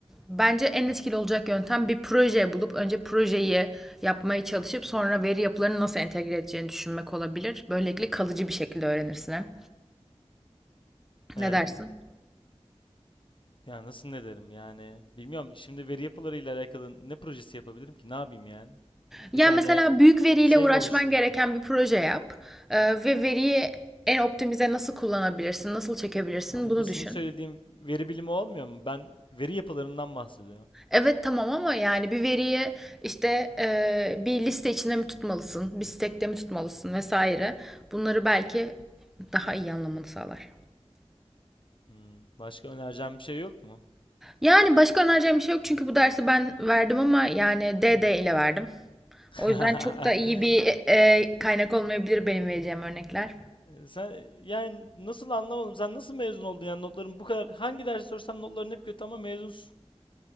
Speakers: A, in the centre; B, on the left.
A: bence en etkili olacak yöntem bir proje bulup önce projeyi yapmaya çalışıp sonra veri yapılarını nasıl entegre edeceğini düşünmek olabilir. Böylelikle kalıcı bir şekilde öğrenirsin hem.
B: Ee?
A: Ne dersin?
B: Ya nasıl ne derim yani? Bilmiyorum şimdi veri yapılarıyla alakalı ne projesi yapabilirim ki? Ne yapayım yani?
A: Yani
B: Bir tane
A: mesela büyük veriyle
B: şey
A: uğraşman
B: mi oluşturayım?
A: gereken bir proje yap Ee, ve veriyi en optimize nasıl kullanabilirsin, nasıl çekebilirsin
B: Ya Ama
A: bunu
B: bu senin
A: düşün.
B: söylediğim veri bilimi olmuyor mu? Ben veri yapılarından bahsediyorum.
A: Evet tamam ama yani bir veriyi işte e, bir liste içinde mi tutmalısın, bir stack'te mi tutmalısın vesaire. Bunları belki daha iyi anlamanı sağlar.
B: Hmm, Başka önereceğim bir şey yok mu?
A: Yani başka önereceğim bir şey yok çünkü bu dersi ben verdim ama yani D D ile verdim.
B: <laughs>
A: O yüzden çok da iyi bir e, e, kaynak olmayabilir benim vereceğim örnekler.
B: Sen yani nasıl anlamadım? Sen nasıl mezun oldun yani notların bu kadar hangi dersi sorsam notların hep kötü ama mezunsun.